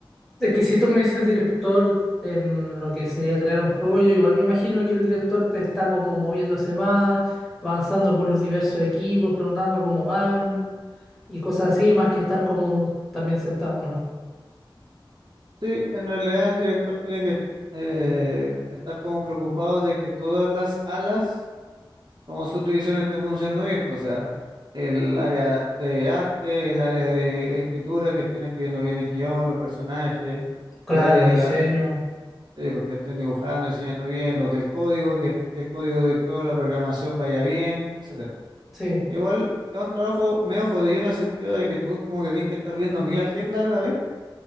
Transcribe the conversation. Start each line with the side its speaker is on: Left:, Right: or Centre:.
Centre: es que si tú me dices director en lo que sería crear un juego, yo igual me imagino que el director te está como moviéndose más, avanzando por los diversos equipos, preguntando cómo van. y cosas así, más que estar como también sentado nomás.
Right: Sí, en realidad el director tiene que eh, estar como preocupado de que todas las alas como subdivisiones estén funcionando bien, pues, o sea, el área de arte, el área de escritura, que estén escribiendo bien el guión, los personajes
Centre: Claro,
Right: el área
Centre: el diseño,
Right: del arte Sí, porque estén dibujando, enseñando bien los del código, que el código del juego, la programación vaya bien, etcétera.
Centre: sí,
Right: Igual es un trabajo medio jodido en el sentido de que tú como que tienes que estar viendo mil agendas a la vez,